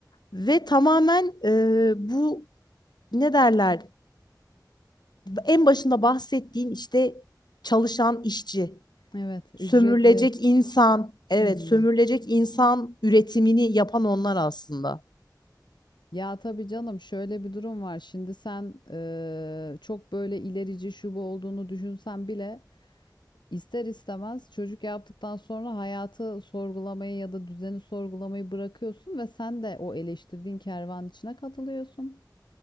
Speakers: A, on the left (about 70°); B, on the left (about 85°).
A: Ve tamamen e, bu ne derler en başında bahsettiğin işte çalışan işçi.
B: Evet,
A: Sömürülecek
B: ücretli.
A: insan, evet
B: Hı hı.
A: sömürülecek insan üretimini yapan onlar aslında.
B: Ya tabii canım şöyle bir durum var. Şimdi sen eee, çok böyle ilerici şu bu olduğunu düşünsen bile İster istemez çocuk yaptıktan sonra hayatı sorgulamayı ya da düzeni sorgulamayı bırakıyorsun ve sen de o eleştirdiğin kervan içine katılıyorsun.